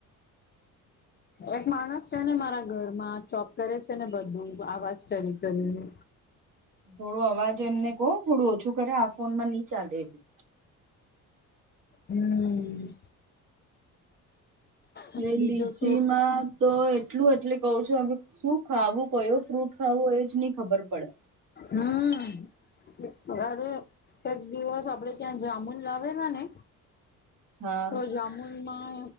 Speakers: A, on the left (about 25°); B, on the right (about 45°).
A: એક માણસ છે ને મારા ઘરમાં ચોપ કરે છે ને, બધું આવાજ કરી કરીને
B: થોડો અવાજ એમને કહો થોડું ઓછું કરે આ ફોનમાં ની ચાલે એવું
A: હમ. અને
B: જે
A: બીજું
B: લીચી
A: શું
B: માં તો એટલું એટલે કઉ છું અવે શું ખાવું, કયો ફ્રૂટ ખાવું એ જ ની ખબર પડે.
A: હમ અ, અરે એક દિવસ આપડે ત્યાં જામુન લાવેલા ને
B: હા
A: તો જામુન માં